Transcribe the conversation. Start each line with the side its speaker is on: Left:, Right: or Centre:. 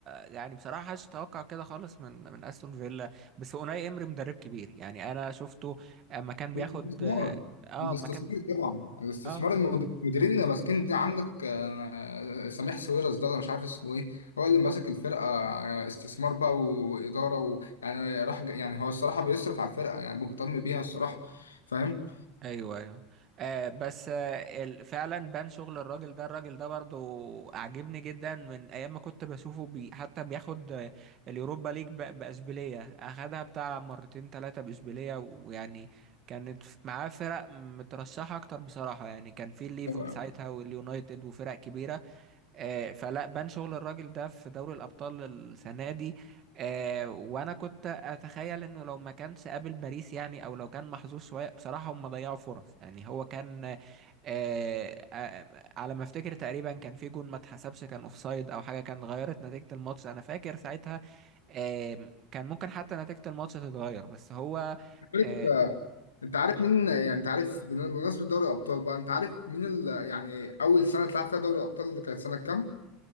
Right: يعني بصراحة محدش توقع كده خالص من من استون فيلا بس اوناي امري مدرب كبير يعني انا شفته اما كان بياخد
Left: الاستثمار
Right: اه آه،
Left: الاستثمار
Right: اما كان
Left: طبعا الاستثمار
Right: اه
Left: المد- المديرين اللي ماسكين دي عندك آه، سميح سويرس ده انا مش عارف اسمه ايه هو اللي ماسك الفرقه آه، استثمار بقى واداره ويعني راح ج- يعني هو الصراحه بيصرف على الفرقه يعني مهتم بيها الصراحه فاهم
Right: ايوه ايوه آه بس آه ال- فعلا بان شغل الراجل ده الراجل ده برضو اعجبني جدا من ايام ما كنت بشوفه بي حتى بياخد آه، اليوروبا ليج ب- باشبيليه اخدها بتاع مرتين ثلاثه باشبيليه ويعني كانت ف- معاه فرق مترشحه اكتر بصراحه يعني كان في الليفر
Left: أيوة.
Right: ساعتها واليونايتد وفرق كبيره آه، فلا بان شغل الراجل ده في دوري الأبطال السنة دي آه، وأنا كنت أتخيل إنه لو ما كانش قابل باريس يعني أو لو كان محظوظ شوية بصراحة هم ضيعوا فرص يعني هو كان آه، آه، آه، على ما أفتكر تقريبا كان في جون ما اتحسبش كان أوفسايد أو حاجة كان غيرت نتيجة الماتش أنا فاكر ساعتها آه، كان ممكن حتى نتيجة الماتش تتغير بس هو
Left: عارف-
Right: آه،
Left: انت عارف مين يعني انت عارف بمناسبه دوري الابطال بقى انت عارف مين ال... يعني اول سنه اتلعب فيها دوري الابطال اللي كانت سنه كام؟